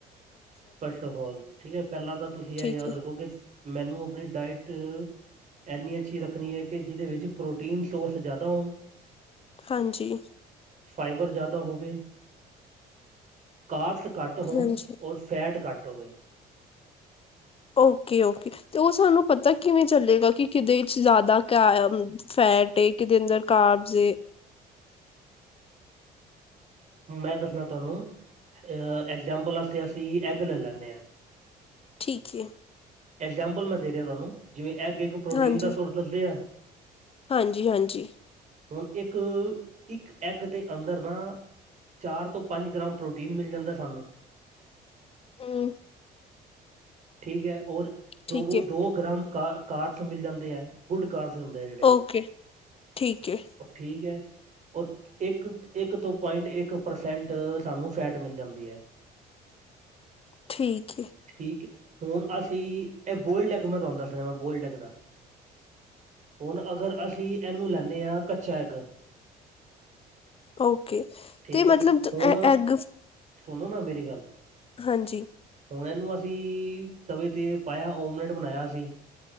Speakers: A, on the right; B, on the left.
A: ਫਸਟ ਆਫ ਆਲ ਠੀਕ ਹੈ ਪਹਿਲਾਂ ਤਾਂ ਤੁਸੀਂ
B: ਠੀਕ
A: ਇਹ ਯਾਦ
B: ਹੈ
A: ਰੱਖੋ ਕਿ ਮੈਨੂੰ ਆਪਣੀ ਡਾਇਟ ਇੰਨੀ ਅੱਛੀ ਰੱਖਣੀ ਹੈ ਕਿ ਜਿਹਦੇ ਵਿੱਚ ਪ੍ਰੋਟੀਨ ਤੋਸ ਜ਼ਿਆਦਾ ਹੋਣ
B: ਹਾਂਜੀ
A: ਫਾਈਬਰ ਜ਼ਿਆਦਾ ਹੋਵੇ ਕਾਰਟਸ ਘੱਟ ਹੋਣ
B: ਹਾਂਜੀ
A: ਔਰ ਫੈਟ ਘੱਟ ਹੋਵੇ।
B: ਓਕੇ- ਓਕੇ ਤੇ ਉਹ ਸਾਨੂੰ ਪਤਾ ਕਿਵੇਂ ਚੱਲੇਗਾ ਕਿ ਕਿਦੇ 'ਚ ਜ਼ਿਆਦਾ ਕ ਫੈਟ ਏ ਕਿਤੇ ਅੰਦਰ ਕਾਬਜ਼ ਏ।
A: ਮੈਂ ਦੱਸਣਾ ਤੁਹਾਨੂੰ ਅ ਐਗਜਾਮਪਲ ਵਾਸਤੇ ਅਸੀਂ ਐਗ ਲੈ ਲੈਂਦੇ ਹਾਂ।
B: ਠੀਕ ਏ।
A: ਇਗਜਾਮਪਲ ਮੈਂ ਦੇ ਰਿਹਾ ਤੁਹਾਨੂੰ ਜਿਵੇਂ ਐਗ ਇੱਕ ਪ੍ਰੋਟੀਨ
B: ਹਾਂਜੀ
A: ਦਾ ਸੋਰਸ ਦਸਿਆ।
B: ਹਾਂਜੀ- ਹਾਂਜੀ
A: ਹੁਣ ਇੱਕ- ਇੱਕ ਐਗ ਦੇ ਅੰਦਰ ਨਾ ਚਾਰ ਤੋਂ ਪੰਜ ਗ੍ਰਾਮ ਪ੍ਰੋਟੀਨ ਮਿਲ ਜਾਂਦਾ ਸਾਨੂੰ
B: ਹੂੰ।
A: ਠੀਕ ਹੈ, ਔਰ
B: ਠੀਕ
A: ਦੋ-ਦੋ
B: ਹੈ
A: ਗ੍ਰਾਮ ਕ ਕਾਰਡਸ ਮਿਲ ਜਾਂਦੇ ਹੈ। ਗੁੱਡ ਕਾਰਸ ਹੁੰਦੇ ਆ ਜਿਹੜੇ
B: ਓਕੇ ਠੀਕ ਏ
A: ਉਹ ਠੀਕ ਹੈ। ਇੱਕ-ਇੱਕ ਤੋਂ ਪੁਆਇੰਟ ਇੱਕ ਪਰਸੈਂਟ ਸਾਨੂੰ ਫੈਟ ਮਿਲ ਜਾਂਦੀ ਹੈ।
B: ਠੀਕ ਏ।
A: ਠੀਕ ਹੈ ਹੁਣ ਅਸੀਂ ਇਹ ਬੋਲਡੈਕ ਮੈਂ ਤੁਹਾਨੂੰ ਦੱਸਣਾ ਵਾ ਬੋਲਡੈਕ ਦਾ। ਹੁਣ ਅਗਰ ਅਸੀਂ ਇਹਨੂੰ ਲੈਂਦੇ ਹਾਂ ਕੱਚਾ ਐਗ
B: ਓਕੇ ਅਤੇ
A: ਠੀਕ
B: ਮਤਲਬ
A: ਹੈ ਹੁਣ
B: ਐ ਐਗ
A: ਸੁਣੋ ਨਾ ਮੇਰੀ ਗੱਲ
B: ਹਾਂਜੀ।
A: ਹੁਣ ਇਹਨੂੰ ਅਸੀਂ ਤਵੇ ਤੇ ਪਾਇਆ ਓਮਲੇਟ ਬਣਾਇਆ ਅਸੀ